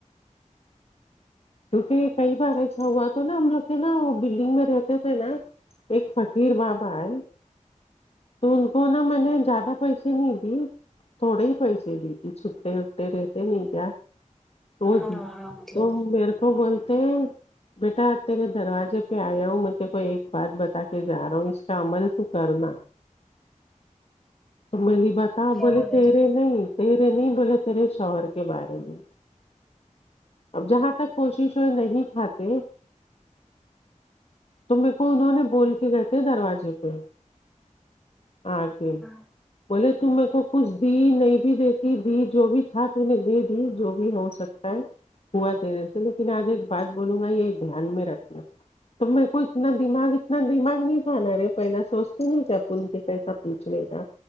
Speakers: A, on the left; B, in the centre.
A: کیونکہ کئی بار ایسا ہوا تو نا ہم لوگ تھ نا وہ بلڈنگ میں رہتے تھے نا ایک فقیر بابا ہے تو ان کو نا میں نے زیادہ پیسے نہیں دی تھوڑے ہی پیسے دیتی چھٹے اٹھتے رہتے نہیں کیا وہ
B: ہاں
A: د
B: ہاں مطلب
A: تو میرے کو بولتے ہیں بیٹا تیرے دروازے پہ آیا ہوں میں کو ایک بات بتا کے جا رہا ہوں اس کا عمل تو کرنا تو میں نہیں بتا
B: تو کیا
A: بولے تیرے
B: تھے
A: نہیں ترے نہیں بولے ترے شوہر کے بارے میں اب جہاں تک کوشش نہیں کھاتے تو میرے کو انہوں نے بول کے کہئےتے دروازے پہ ہچھی
B: ہاں
A: بولے ت میرے کو کچھ دی نہیں بھی دیتی دی جو بھی تھا تو نے دے دی جو بھی ہو سکتی ہوا تیرے سے لیکن آج ایک بات بولوں گا یہ دھیان میں رکھنا تو میرے کو اتنا دماغ اتنا دماغ نہیں جانا رہے پہلا سوچتے نہیں تھے آپ ان کے کیسا پوچھنے کا